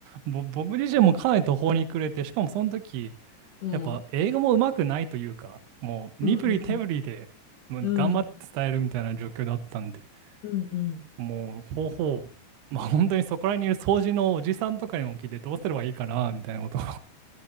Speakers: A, on the right; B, on the left.
A: う、ぼ僕自身もかなり途方に暮れて、しかもその時、
B: うん。
A: やっぱ英語も上手くないというか、もう身振り手振りでもう頑張って伝えるみたいな状況だったんで、
B: うんうんうん。うんうんうん。
A: もう方法、まあ本当にそこら辺にいる掃除のおじさんとかにも聞いてどうすればいいかな、みたいなことを